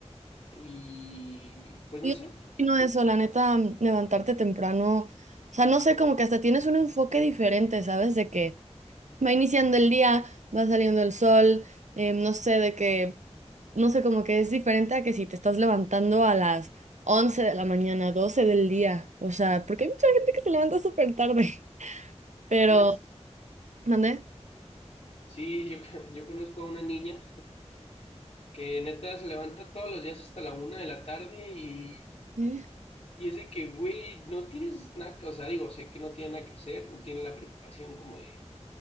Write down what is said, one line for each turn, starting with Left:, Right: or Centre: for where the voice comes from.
Left: y pues
Right: Yo
Left: no sé,
Right: no eso, la neta, mm, levantarte temprano, o sea, no sé, como que hasta tienes un enfoque diferente, ¿sabes? De que... Va iniciando el día, va saliendo el sol, eh, no sé de qué, no sé, como que es diferente a que si te estás levantando a las 11 de la mañana, 12 del día, o sea, porque hay mucha gente que se levanta súper tarde, <laughs> pero,
Left: manches.
Right: ¿mandé?
Left: Sí, yo, <laughs> yo conozco a una niña que neta se levanta todos los días hasta la una de la tarde y
Right: ¿Eh?
Left: Y es de que, güey, no tienes nada, o sea, digo, sé que no tiene nada que hacer, no tiene la preocupación como de,